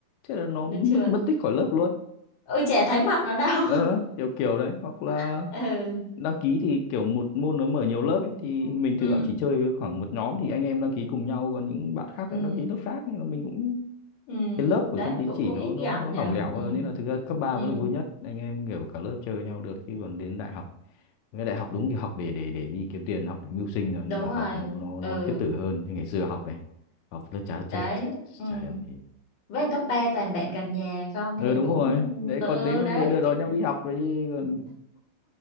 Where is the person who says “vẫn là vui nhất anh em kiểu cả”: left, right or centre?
Left